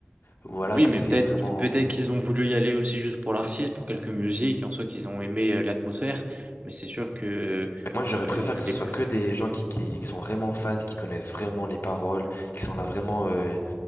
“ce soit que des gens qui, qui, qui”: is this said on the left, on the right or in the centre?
Left